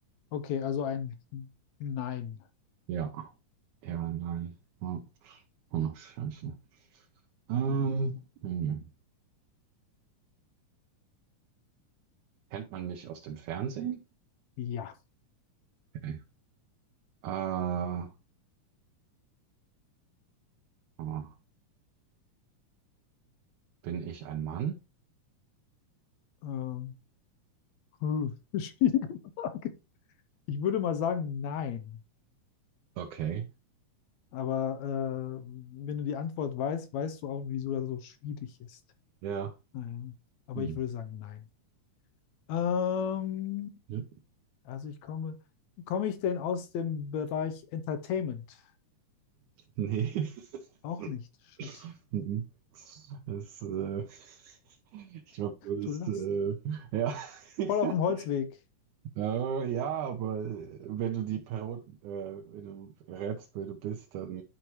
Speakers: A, on the left; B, on the right.
A: Okay, also ein Nein.
B: Ja, ja, nein. Oh, oh, scheiße. Ähm, hm. Kennt man mich aus dem Fernsehen?
A: Ja.
B: Okay. Äh, oh, bin ich ein Mann?
A: Ähm, puh, <laughs> schwierige Frage. Ich würde mal sagen, nein.
B: Okay.
A: Aber äh, wenn du die Antwort weißt, weißt du auch, wieso das so schwierig ist.
B: Ja.
A: Naja. Aber
B: Hm.
A: ich würde sagen, nein. Ähm,
B: Ja.
A: also ich komme, komme ich denn aus dem Bereich Entertainment?
B: Nee.
A: Auch
B: <laughs>
A: nicht. Shit.
B: Mhm. Das, äh, <laughs> ich glaube, du bist,
A: Du lachst.
B: äh, ja. <laughs>
A: Voll auf dem Holzweg.
B: Äh, ja, aber äh, wenn du die Parod äh, wenn du rätst, wer du bist, dann